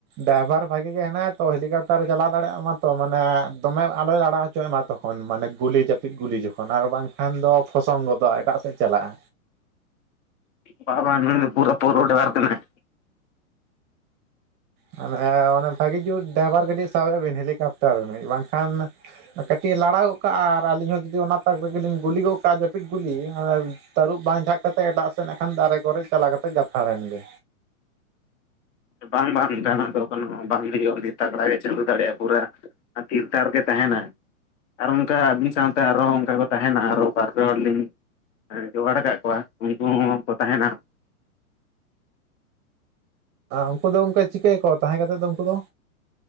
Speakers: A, on the right; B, on the left.
A: ᱰᱟᱭᱵᱷᱟᱨ ᱵᱷᱟᱜᱤ ᱜᱮ ᱦᱮᱱᱟᱭᱟ ᱛᱚ ᱦᱮᱞᱤᱠᱚᱯᱴᱟᱨᱮ ᱪᱟᱞᱟᱣ ᱫᱟᱲᱮᱭᱟᱜ ᱢᱟᱛᱚ ᱢᱟᱱᱮ ᱫᱚᱢᱮ ᱟᱞᱚᱭ ᱞᱟᱲᱟᱣ ᱦᱚᱪᱚ ᱪᱚᱭ ᱢᱟ ᱛᱚᱠᱷᱚᱱ ᱢᱟᱱᱮ ᱜᱩᱞᱤ ᱡᱟᱹᱯᱤᱫ ᱜᱩᱞᱤ ᱡᱚᱠᱷᱚᱱ ᱟᱨ ᱵᱟᱝᱠᱷᱟᱱ ᱫᱚ ᱯᱷᱚᱥᱚᱝ ᱜᱚᱫᱚᱜᱼᱟ ᱮᱴᱟᱜ ᱥᱮᱫ ᱪᱟᱞᱟᱜᱼᱟ᱾
B: ᱵᱟ ᱵᱟᱝ ᱱᱩᱭ ᱫᱚ ᱯᱩᱨᱟᱹ ᱯᱨᱳ ᱰᱟᱭᱵᱷᱟᱨ ᱠᱟᱱᱟᱭ᱾
A: ᱢᱟᱱᱮ ᱚᱱᱮ ᱵᱷᱟᱹᱜᱤ ᱡᱩᱛ ᱰᱟᱭᱵᱷᱟᱨ ᱠᱟᱹᱴᱤᱡ ᱥᱟᱵᱮ ᱵᱤᱱ ᱦᱮᱞᱤᱠᱚᱯᱴᱟᱨ ᱨᱤᱱᱤᱡ ᱵᱟᱝᱠᱷᱟᱱ ᱠᱟᱹᱴᱤᱡ ᱮ ᱞᱟᱲᱟᱣ ᱜᱚᱫ ᱠᱟᱜᱼᱟ, ᱟᱨ ᱟᱹᱞᱤᱧ ᱦᱚᱸ ᱡᱩᱫᱤ ᱚᱱᱟ ᱛᱟᱠ ᱨᱮᱜᱮᱞᱤᱧ ᱜᱩᱞᱤ ᱜᱚᱫ ᱠᱟᱜᱼᱟ ᱡᱟᱹᱯᱤᱫ ᱜᱩᱞᱤ᱾ ᱛᱟᱹᱨᱩᱵ ᱵᱟᱝ ᱡᱷᱟᱜ ᱠᱟᱛᱮᱫ ᱮᱴᱟᱜ ᱥᱮᱱ ᱠᱷᱟᱱ ᱫᱟᱨᱮ ᱠᱚᱨᱮ ᱪᱟᱞᱟᱣ ᱠᱟᱛᱮᱜ ᱜᱟᱛᱷᱟᱲᱮᱱ ᱜᱮ᱾
B: ᱵᱟᱝ ᱵᱟᱝ ᱡᱟᱦᱟᱱᱟᱜ ᱫᱚ ᱠᱤᱱᱳ ᱵᱟᱝ ᱦᱩᱭᱩᱜᱼᱟ᱾ ᱛᱟᱜᱽᱲᱟ ᱜᱮ ᱪᱟᱹᱞᱩ ᱫᱟᱲᱮᱭᱟᱜᱼᱟᱭ ᱯᱩᱨᱟᱹ ᱛᱷᱤᱨ ᱛᱟᱨ ᱜᱮ ᱛᱟᱦᱮᱱᱟ᱾ ᱟᱨ ᱚᱱᱠᱟ ᱟᱵᱤᱱ ᱥᱟᱶᱛᱮ ᱟᱨᱦᱚᱸ ᱚᱱᱠᱟ ᱠᱚ ᱛᱟᱦᱮᱱᱟ ᱟᱨᱚ ᱵᱟᱨ ᱯᱮ ᱦᱚᱲ ᱞᱤᱧ ᱡᱚᱜᱟᱲ ᱟᱠᱟᱫ ᱠᱚᱣᱟ, ᱩᱱᱠᱩ ᱦᱚᱸᱠᱚ ᱛᱟᱦᱮᱱᱟ᱾
A: ᱩᱱᱠᱩ ᱫᱚ ᱚᱱᱠᱟ ᱪᱤᱠᱟᱹᱭᱟᱠᱚ ᱛᱟᱦᱮᱸ ᱠᱟᱛᱮ ᱫᱚ ᱩᱱᱠᱩ ᱫᱚ